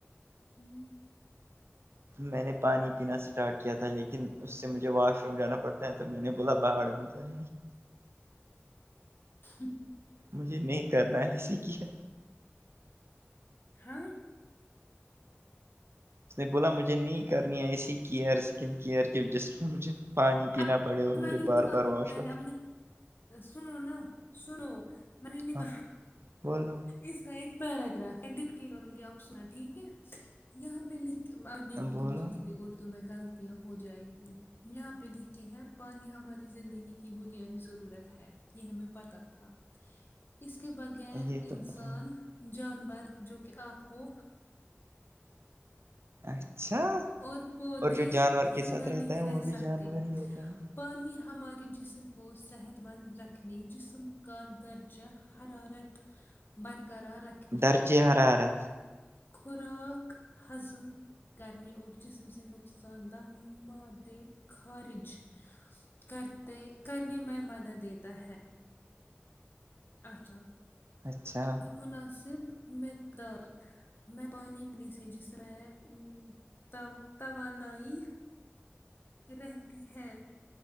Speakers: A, on the left; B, on the right.
A: ہوں
B: میں نے پانی پینا اسٹارٹ کیا تھا لیکن اس سے مجھے واش روم جانا پڑتا ہے تو میں نے بولا باڑ میں جائے
A: ہ
B: مجھے نہیں کرنا ہے اسی کیئ
A: ہاں
B: اس نے بولا مجھے نہیں کرنی ایسی کیئر سکن کیئر کی جس میں مجھے پانی پینا
A: اب
B: پڑے اور
A: میں
B: مجھے
A: نے نکالا
B: بار بار واش
A: میں
B: روم
A: نے اب سنو نا سنو م نک
B: ہاں بولو
A: اس کا ایک پیراگرراف میں ڈٹ کروں گی آپ سنا ٹھیک ہے یہاں پہ لکھ میں دیکھوں
B: بولو
A: گی مجھے کتنی اردو میں غلطیاں ہو جائیں گی یہاں پہ لکھ کے ہیں پانی ہماری زندگی کی بنیادی ضرورت ہے یہ ہمیں پت تھا ا کےے بغیر
B: یہ تو
A: انسان
B: پتہ ہی
A: جانور جو کہ آپ ہو
B: اچھا
A: اور پودے
B: اور جو جانور کے
A: زندہ
B: ساتھ رہتا
A: نہیں
B: ہے وہ
A: رہ
B: بھی
A: سکتے
B: جانور ہی ہوتا ہے
A: پانی ہماریے جسم کو صحت مند رکھنے جسم کا درجہ حرارت برقرار رکھ
B: درجے حر حارت
A: خوراک حضم کرنے اور جسم سے نقصان دہ مہد خارج کرتے کرنے میں مدد دیتا ہے اچھا
B: اچھا
A: یہ مناسب مقدار میں پانی پینے سے جس میںح توانائی رہتی ہے